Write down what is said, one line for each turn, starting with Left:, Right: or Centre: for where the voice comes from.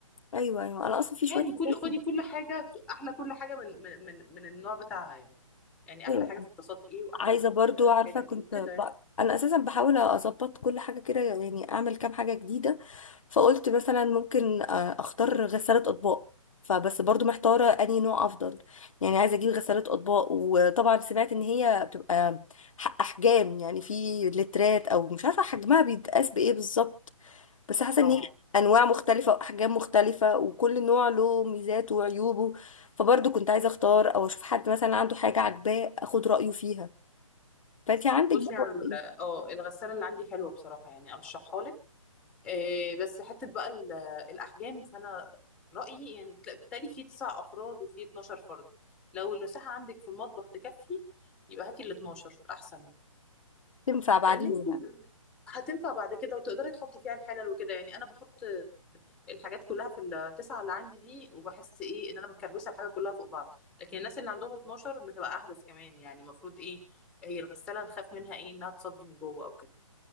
Left: ايوه ايوه انا اصلا في شويه
Centre: يعني كل
Left: حاجات
Centre: خدي
Left: كده
Centre: كل حاجه احلى كل حاجه من من من, من النوع بتاعها يعني يعني احلى
Left: أيوة.
Centre: حاجه في الطاسات ايه واحلى
Left: عايزه
Centre: حاجه في
Left: برضو
Centre: الحله
Left: عارفه
Centre: الايه
Left: كنت
Centre: وكده يعني
Left: ب... انا اساسا بحاول اظبط كل حاجه كده يعني اعمل كام حاجه جديده فقلت مثلا ممكن آه، اختار غساله اطباق فبس برضو محتاره انهي نوع افضل يعني عايزه اجيب غساله اطباق وطبعا سمعت ان هي بتبقى ح- احجام يعني في لترات او مش عارفه حجمها بيتقاس بايه بالظبط بس حاسه ان
Centre: اه
Left: هي انواع مختلفه واحجام مختلفه وكل نوع له ميزاته وعيوبه فبرضو كنت عايزه اختار او اشوف حد مثلا عنده حاجه عاجباه اخد رايه فيها فانت عندك
Centre: بصي
Left: بقى
Centre: على ال-
Left: ايه
Centre: اه الغساله اللي عندي حلوه بصراحه يعني ارشحها لك إيه بس حتة بقى ال- الأحجام فأنا رأيي يعني بتلا- بتالي في تسع أفراد وفي 12 فرد لو المساحة عندك في المطبخ تكفي يبقى هاتي ال 12 أحسن
Left: تنفع بعدين
Centre: لأن أنت
Left: يعني
Centre: هتنفع بعد كده وتقدري تحطي فيها الحلل وكده يعني أنا بحط الحاجات كلها في التسعة اللي عندي دي وبحس إيه إن أنا مكربسة الحاجة كلها فوق بعض لكن الناس اللي عندهم 12 بتبقى أحدث كمان يعني المفروض إيه هي الغسالة نخاف منها إيه إنها تصدي من جوه أو كده